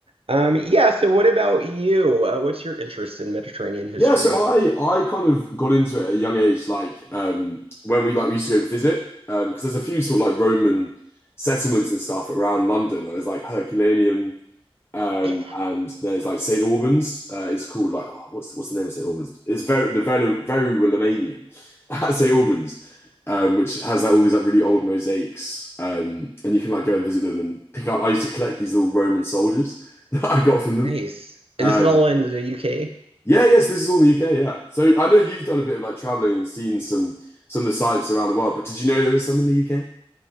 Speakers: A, on the right; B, on the left.
A: Um, yeah. So, what about you? Uh, what's your interest in Mediterranean history?
B: Yeah, so I I kind of got into it at a young age, like um when we like we used to go visit, um, because there's a few sort of like Roman settlements and stuff around London. Like there's like Herculaneum Um,
A: Yeah,
B: and there's like St. Albans. Uh, it's called like oh, what's what's the name of St. Albans? It's very the very very Romanian at <laughs> St. Albans, um, which has like all these like really old mosaics. Um, and you can like go and visit them and pick up. I used to collect these little Roman soldiers <laughs> that I got from
A: nice.
B: them.
A: And
B: Um,
A: this is all in the UK.
B: yeah, yes, this is all in the UK. Yeah, so I know you've done a bit of like traveling and seen some some of the sites around the world. But did you know there was some in the UK?